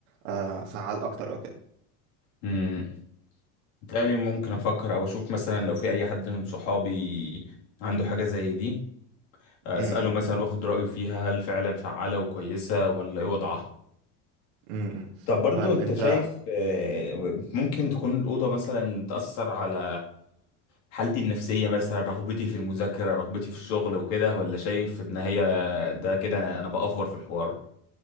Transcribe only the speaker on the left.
امم بالتالي ممكن افكر او اشوف مثلا لو في اي حد من صحابي عنده حاجة زي دي اساله
مثلا واخد رايه فيها هل فعلا فعاله وكويسه ولا ايه وضعها
طب برضو
انت
شايف آه، ممكن تكون الأوضة مثلا تأثر على حالتي النفسية مثلا رغبتي في المذاكرة رغبتي في الشغل وكده ولا شايف ان هي ده كده انا بأفور في الحوار